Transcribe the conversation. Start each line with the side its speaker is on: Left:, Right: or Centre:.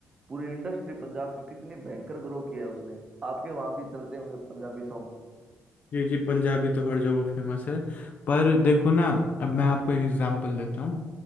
Right: पूरी इंडस्ट्री पंजाब की कितनी भयंकर ग्रो किया है उसने आपके वहां भी चलते होंगे पंजाबी सॉन्ग
Left: जी जी पंजाबी तो हर जगह फेमस है पर देखो ना अब मैं आपको एक एग्जांपल देता हूँ